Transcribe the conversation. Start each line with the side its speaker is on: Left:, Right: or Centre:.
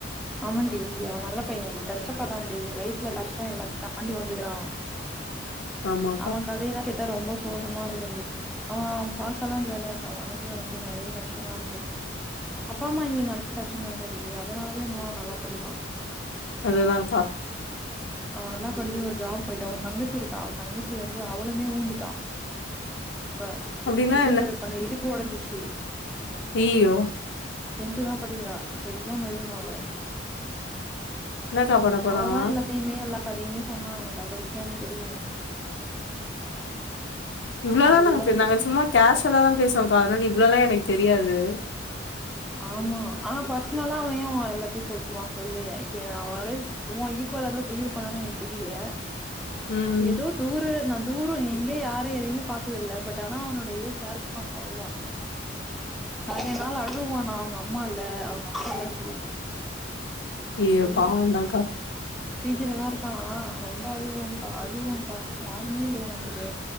Centre: ஆமான் டி அவ நல்ல பையன்டி கஷ்டப்படுறான் டி லைப்ல கஷ்ட எல்லாத்தையு தாண்டி வந்துக்கறாவ
Left: ஆமாக்கா
Centre: அவ கதையெல்லா கேட்ட ரொம்ப சோகமா இருக்குண்டி அவ அவ பாக்கதா ஜாலியா இருக்கா அவ மனசுல வந்து நறையா கஷ்டலா இருக்கு அப்பா அம்மா இல்லனாலே கஷ்டோ தானடி அதனாலவோ என்னவோ அவ நல்லா படிகிறா
Left: அதுதான்க்கா
Centre: அவ நல்லா படிச்சு ஒரு ஜாப் போயிட்டு அவன் தங்கச்சி இருக்கா அவ தங்கச்சி வந்து அவளுமே ஊந்துட்டா இப்ப
Left: அப்டின்னா
Centre: உ பிசிய தரப்பிபண்ண இடுப்பு ஒடஞ்சிருச்சு
Left: யியையோ
Centre: டென்து தா படிக்கிறா இப்ப எக்ஸாம் எழுதனு அவ
Left: என்னக்கா பண்ண போறாங்களா
Centre: அவதா எல்லாத்தையுமே எல்லா கதையுமே சொன்னா எனக்கு அத வச்சுதா எனக்கு தெரியுமே
Left: இவ்வளோதானா
Centre: அதுதா
Left: பே
Centre: இது
Left: நாங்க சும்மா கேஷுவலா தா பேசுவோம் பா அதனால இவ்வளோல்லா எனக்கு தெரியாது
Centre: ஆமா ஆனா பர்சனலா அவ ஏ எல்லாத்தையு சொல்லுவா சொல்லு இப்ப அவளால உ ஈக்குவலா தா சொல்லிருப்பான எனக்கு தெரியல
Left: ம்
Centre: ஏதோ தூர நா தூரோ எங்கே யாரு எதையுமே பாத்ததில்ல பட் ஆனா அவனோடைய இத ஷேர் பண்ணோ அவ்ளோதா நறய நாள் அழுவானா அவங்க அம்மா இல்ல அவங்க அப்பால்ல சொல்லிட்டு
Left: ஐய்யய்யே
Centre: சொல்லிக்கிறான்
Left: பாவோந்தாக்கா
Centre: பீஜில தா இருக்கானா ரொம்ப அழுவங்க்கா அழுவங்க்கா யாருமே இல்லையே நமக்கு